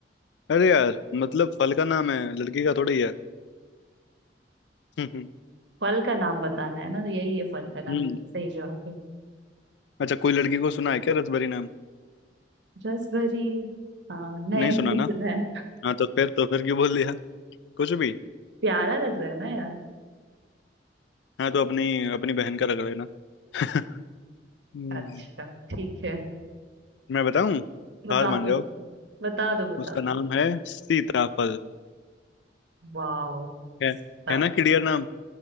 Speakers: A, on the left; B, on the right.
A: अरे यार मतलब फल का नाम है लड़की का थोड़ा ही है <laughs>
B: फल का नाम बताना है ना तो यही है फल का नाम
A: हम्म
B: सही जवाब है
A: अच्छा कोई लड़की को सुना है क्या रसभरी नाम
B: रस भरी हाँ नहीं
A: नहीं सुना
B: नहीं सुना
A: ना
B: है
A: हाँ तो फिर तो फिर क्यों बोल दिया कुछ भी
B: प्यारा लग रहा है ना यार
A: हाँ तो अपनी अपनी बहन का रख लेना <laughs> हम्म,
B: अच्छा ठीक है
A: मैं बताऊं
B: बता
A: हार मान
B: दो
A: जाओ
B: तुम बता दो बता
A: उसका नाम है सीताफल
B: वाओ
A: है
B: सीता
A: है ना क्लियर नाम